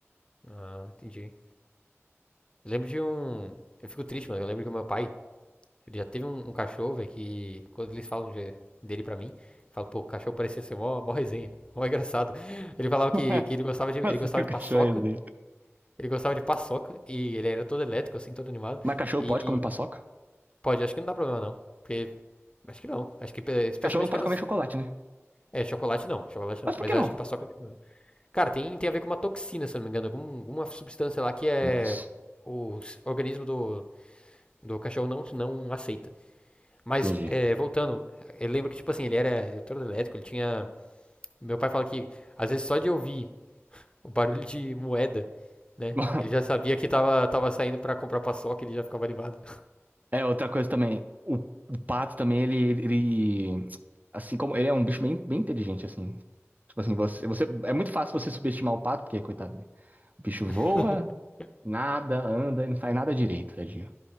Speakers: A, on the left (about 20°); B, on the right (about 35°).
A: Ah, entendi. Eu lembro de um... Eu fico triste, mano. Eu lembro que o meu pai, ele já teve um, um cachorro, velho, que quando eles falam de- dele pra mim, eu falo, pô, o cachorro parecia ser mó, mó resenha. Mó engraçado. <laughs> Ele falava que,
B: <laughs>
A: que ele gostava de, ele
B: Assim,
A: gostava
B: o
A: de
B: cachorro
A: paçoca.
B: é dele.
A: Ele gostava de paçoca e ele era todo elétrico, assim, todo animado.
B: Mas cachorro
A: E
B: pode comer paçoca?
A: pode, acho que não dá problema não. Porque, acho que não. Acho que pe- especialmente
B: Cachorro não pode
A: aquelas.
B: comer chocolate, né?
A: É, chocolate não, chocolate
B: Mas
A: não.
B: por
A: Mas
B: que
A: acho
B: não?
A: que paçoca tem problema. Cara, tem, tem a ver com uma toxina, se eu não me engano. Algum, alguma substância lá que é.
B: Isso,
A: O s- organismo do, do cachorro não, não aceita. Mas,
B: entendi.
A: é, voltando, eu lembro que, tipo assim, ele era todo elétrico, ele tinha. Meu pai fala que, às vezes, só de ouvir. o barulho de moeda, né?
B: <laughs>
A: Ele já sabia que tava, tava saindo pra comprar paçoca, ele já ficava animado.
B: É, outra coisa também. O, o pato também, ele, ele. Assim como. Ele é um bicho bem, bem inteligente, assim. Tipo assim, você, você. É muito fácil você subestimar o pato, porque, coitado, né? O bicho voa,
A: <laughs>
B: nada, anda e não faz nada direito, tadinho.